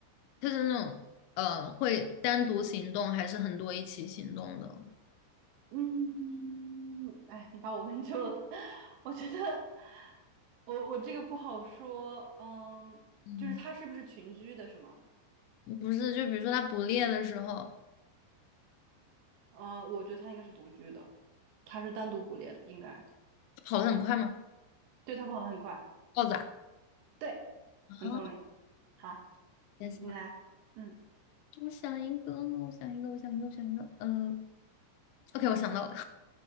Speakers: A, on the left; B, on the right.
A: 它是那种呃会单独行动，还是很多一起行动的？
B: 嗯，哎，你把我问住了，<laughs> 我觉得我我这个不好说，嗯，
A: 嗯，
B: 就是它是不是群居的，是吗？
A: 不是，就比如说它捕猎的时候
B: 呃，我觉得它应该是独居的，它是单独捕猎的，应该，
A: 跑得很快吗？
B: 对，它跑得很快，
A: 豹子啊，
B: 对，
A: 啊，
B: 很聪明。好。你你来，
A: 在想，
B: 嗯
A: 我想一个，我想一个，我想一个，我想一个，呃，OK，我想到了，